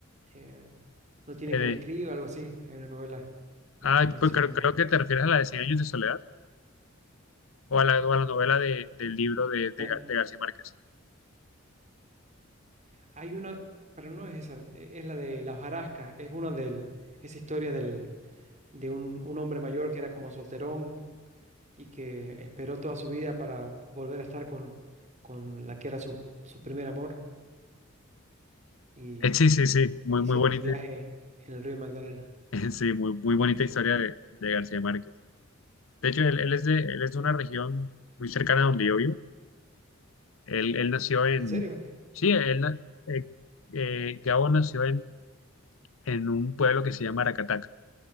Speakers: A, on the right (about 35°); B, on the left (about 80°).
A: eh, no tiene
B: Eh,
A: quien
B: de-
A: le escriba, algo así. Hay una novela, l-
B: ah,
A: mencionan.
B: pues creo, creo que te refieres a la de 100 años de soledad o a la, o a la novela de- del libro de, de
A: Ta-
B: Gar- de García Márquez.
A: Hay una, pero no es esa, e- es la de La hojarasca, es una del, esa historia del, de un, un hombre mayor que era como solterón y que esperó toda su vida para volver a estar con, con la que era su, su primer amor y
B: Eh, sí, sí, sí, muy,
A: hicieron
B: muy bonita,
A: un viaje en el río Magdalena.
B: <laughs> sí, muy, muy bonita
A: Sí.
B: historia de, de García Márquez. De hecho, él, él es de, él es de una región muy cercana a donde yo vivo Él, él nació en,
A: ¿En serio?
B: sí, él, na- eh, eh, Gabo nació en, en un pueblo que se llama Aracataca.